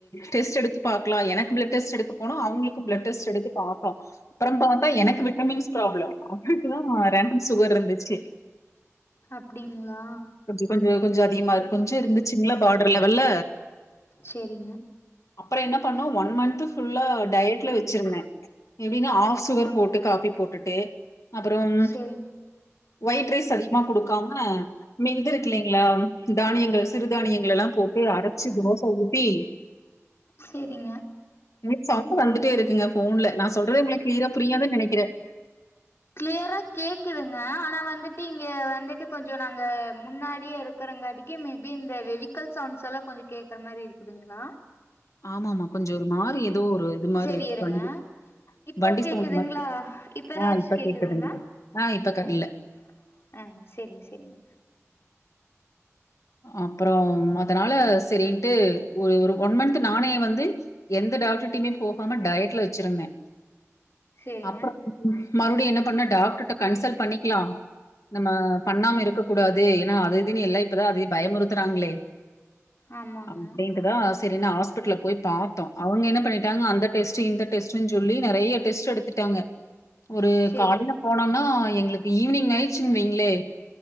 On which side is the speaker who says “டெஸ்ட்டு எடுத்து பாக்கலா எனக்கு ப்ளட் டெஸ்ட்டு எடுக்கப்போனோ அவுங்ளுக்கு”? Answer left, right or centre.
Left